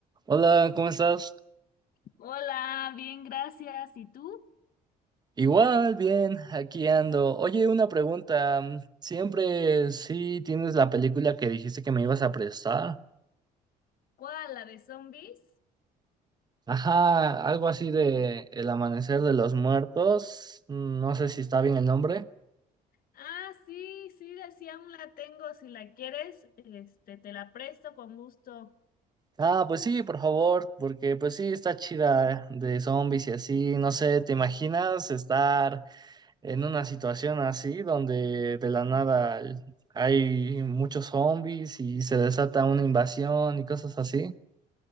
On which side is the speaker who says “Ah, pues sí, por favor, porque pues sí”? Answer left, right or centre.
Right